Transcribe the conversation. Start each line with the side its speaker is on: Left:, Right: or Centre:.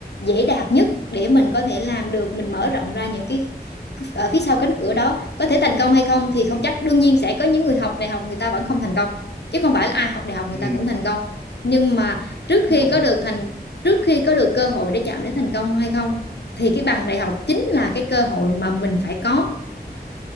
Left: dễ đạt nhất để mình có thể làm được mình mở rộng ra những cái ở phía sau cánh cửa đó có thể thành công hay không thì không
Centre: ừ,
Left: chắc đương nhiên sẽ có những người học đại học người ta vẫn không thành công chứ không phải là ai học đại học người
Centre: ừ,
Left: ta cũng thành công nhưng mà trước
Centre: đúng
Left: khi có được thành trước khi có được cơ hội để chạm đến thành công hay không thì cái bằng đại học chính là cái cơ hội mà mình phải có